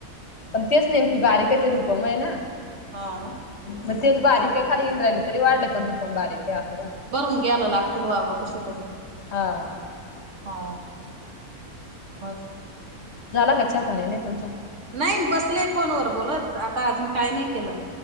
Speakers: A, on the left; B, on the right.
A: पण तेच नेमकी बारीकचे रूपम आहे ना?
B: हा ना
A: म तेच बारीक
B: बर
A: खरी इंद्राने तरी वाढले पण रूपम बारी ते अस.
B: बरून घ्यायला लागतील वाव कशतरी
A: हा
B: हा मग
A: झाला कच्चा पाणी नाही तुमचा?
B: नाही बसलेय फोनवर बोलत आता अजून काय नाही केलं.